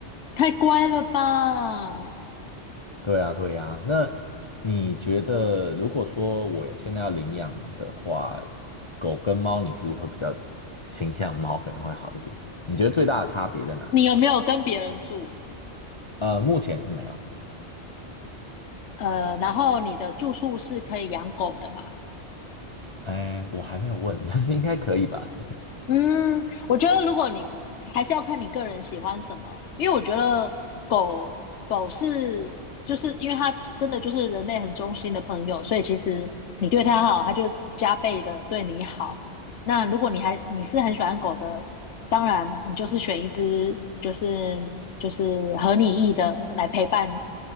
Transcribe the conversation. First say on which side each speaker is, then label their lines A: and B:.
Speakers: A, on the left; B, on the left.
A: 太乖了吧？
B: 对啊，对啊。那你觉得，如果说我现在要领养的话，狗跟猫，你是不是会比较倾向猫可能会好一点？你觉得最大的差别在哪里？
A: 你有没有跟别人住？
B: 呃，目前是没有，
A: 呃，然后你的住处是可以养狗的嘛？
B: 哎，我还没有问，但是应该可以吧？
A: 嗯，我觉得如果你还是要看你个人喜欢什么，因为我觉得狗狗是就是因为它真的就是人类很忠心的朋友，所以其实你对它好，它就加倍的对你好。那如果你还你是很喜欢狗的，当然你就是选一只就是就是合你意的来陪伴你。